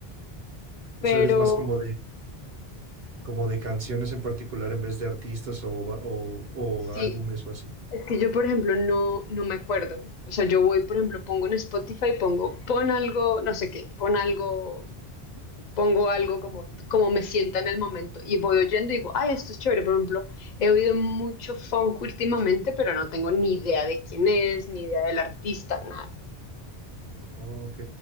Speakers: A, on the left (about 55°); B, on the right (about 50°).
A: Pero
B: O sea, eres más como de, Como de canciones en particular en vez de artistas o, ba- o, o
A: sí,
B: álbumes o así.
A: es que yo, por ejemplo, no, no me acuerdo. O sea, yo voy, por ejemplo, pongo en Spotify, pongo, pon algo, no sé qué, pon algo, pongo algo como, como me sienta en el momento. Y voy oyendo y digo, ay, esto es chévere. Por ejemplo, he oído mucho funk últimamente, pero no tengo ni idea de quién es, ni idea del artista, nada.
B: Oh, ok.